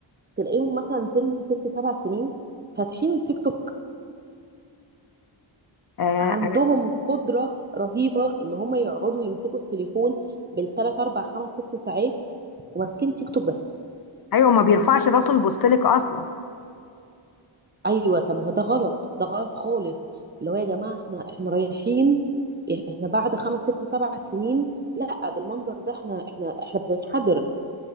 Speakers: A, on the right; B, on the left.
A: تلاقيهم مثلا سن ست سبع سنين فاتحين التيك توك
B: آه،
A: عندهم
B: انا ش-
A: قدره رهيبه ان هم يقعدوا يمسكوا التليفون بالثلاث اربع خمس ست ساعات وماسكين تيك توك بس
B: ايوه ما بيرفعش راسه يبص لك اصلا
A: ايوه طب ما هو ده غلط ده غلط خالص اللي هو يا جماعه احنا احنا رايحين احنا بعد خمس ست سبع سنين لا بالمنظر ده احنا احنا احنا بننحدر